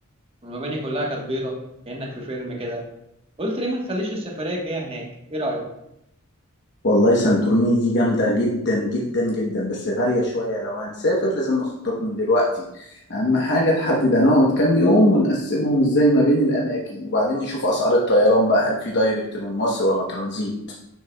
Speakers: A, on the right; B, on the left.
A: والمباني كلها كانت بيضه كانك في فيلم كده قلت ليه ما نخليش السفريه الجايه هناك ايه رايك
B: والله سانتوريني دي جامدة جدا جدا جدا بس غالية شوية لو هنسافر لازم نخطط من دلوقتي أهم حاجة تحدد هنقعد كام يوم ونقسمهم إزاي ما بين الأماكن وبعدين نشوف أسعار الطيران بقى هل في دايركت من مصر ولا ترانزيت